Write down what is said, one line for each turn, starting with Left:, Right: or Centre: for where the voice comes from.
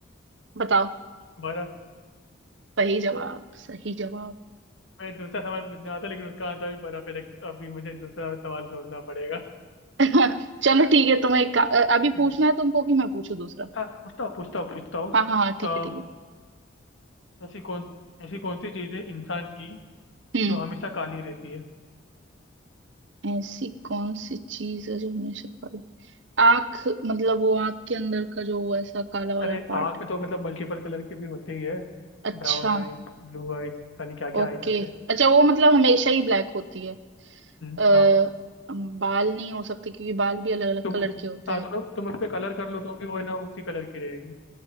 Right: बताओ
Left: बर्फ
Right: सही जवाब सही जवाब
Left: मैं दूसरा सवाल पूछने वाला था लेकिन उसका आंसर भी बर्फ है लेकिन अभी मुझे दूसरा सवाल सोचना पड़ेगा
Right: <laughs> चलो ठीक है तुम्हें एक का- अ, अभी
Left: <laughs>
Right: पूछना है तुमको कि मैं पूछूं दूसरा
Left: हाँ पूछता हूँ पूछता हूँ पूछता हूँ
Right: हाँ हाँ हाँ ठीक
Left: अ,
Right: है ठीक है
Left: ऐसी कौन ऐसी कौन सी चीज़ है इंसान की
Right: हम्म
Left: जो हमेशा काली रहती है
Right: ऐसी कौन सी चीज है जो हमेशा काली आंख मतलब वो आंख के अंदर का जो वो ऐसा काला वाला
Left: अरे
Right: पार्ट
Left: आँख तो मतलब मल्टीपल कलर के भी होते ही है
Right: अच्छा
Left: ब्राउन आइज ब्लू आइज पता नहीं क्या क्या
Right: ओके
Left: आइज होते हैं
Right: अच्छा वो मतलब हमेशा ही ब्लैक होती है आ,
Left: हम्म, हाँ
Right: बाल नहीं हो सकते क्योंकि बाल भी अलग अलग
Left: तुम
Right: कलर के होते
Left: हाँ
Right: हैं
Left: तुम तुम उस पर कलर कर लो तो भी वो है ना उसी कलर की रहेगी